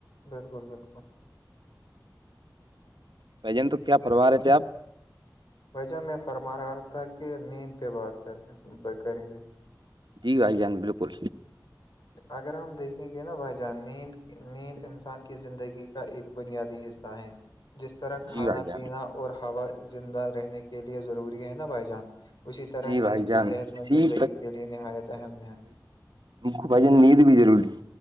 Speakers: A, on the left (about 70°); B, on the right (about 85°).
A: بالکل بالکل
B: بھ جان تو کیا پروا رہے تھے آپ
A: بھجہ میں فرما رہا تھا کہ نیند پہ بات کریں کریں گے
B: جی بھائی جان بالکل
A: اگر ہم دیکھیں گے نا بھائی جان نیند نیند انسان کی زندگی کا ایک بنیادی حصہ ہے جس طرح
B: جی
A: کھانا
B: بھائی جان
A: پینا اور ہوا زندہ رہنے کے لیے ضروری ہے نا بھائی جان اسی طرح
B: جی
A: نیند
B: بھائی جان
A: بھی صحت
B: اسی
A: مند زندگی کے لیے نہایت اہم ہے
B: ہم کو بھائی نیند بھی ضرور